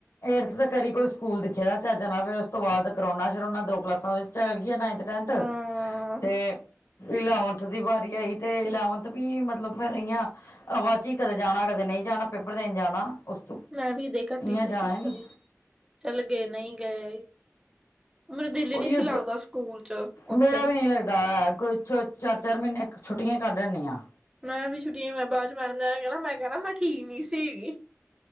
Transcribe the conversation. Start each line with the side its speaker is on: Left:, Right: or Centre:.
Left: ਏਠਥ ਤਕ ਕਰੀ ਕੋਈ ਸ ਸਕੂਲ ਦਿਖੇਆ ਚੱਜ ਨਾਲ ਫੇਰ ਉਸ ਤੋ ਬਾਦ ਕਰੋਨਾ-ਸ਼ਰੋਨਾ ਦੋ ਕਲਾਸਾਂ ਵਿੱਚ ਚਲ ਗੀਆਂ ਨਾਈਨਥ ਟੈਂਥ
Right: ਹਾਂ
Left: ਤੇ ਇਲੇਵਨ ਅਥ ਦੀ ਵਾਰੀ ਆਈ ਤੇ ਇਲੈਵਨਥ ਵੀ ਮਤਲਬ ਫੇਰ ਰਈਆਂ। ਅਵਾਚੀ ਕਦੇ ਜਾਣਾ ਕਦੇ ਨਹੀਂ ਜਾਣਾ ਪੇਪਰ ਦੇਣ ਜਾਣਾ। ਉਸ ਤੋਂ
Right: ਮੈਂ ਵੀ ਦੇਖ ਹਟੀ-ਹੂਟੀ
Left: ਇਆਂ ਜਾਣਾ
Right: ਸੀ
Left: ਹੀ
Right: ਕਦੀ
Left: ਨੀ
Right: ਚੱਲ ਗਏ ਨਹੀਂ ਗਏ ਮੇਰਾ ਦਿਲ ਈ
Left: ਉਹੀਓ
Right: ਨੀ ਸੀ ਲਗਦਾ ਸਕੂਲ ਚ
Left: ਮੇਰਾ
Right: ਓਥੇ।
Left: ਵੀ ਨਹੀਂ ਲਗਦਾ ਹੈ ਕੋਈ ਛੋ ਚਾਰ-ਚਾਰ ਮਹੀਨੇ ਇੱਕ ਛੁੱਟੀਆਂ ਕੱਟ ਰੈਨੀ ਆਂ
Right: ਮੈਂ ਵੀ ਛੁੱਟੀਆਂ ਮੈਂ ਬਾਦ ਚੋ ਮੈਡਮ ਨੂੰ ਐ ਕੈਣਾ ਮੈਂ ਕੈਣਾ ਮੈਂ ਠੀਕ ਨੀ ਸੀਗੀ।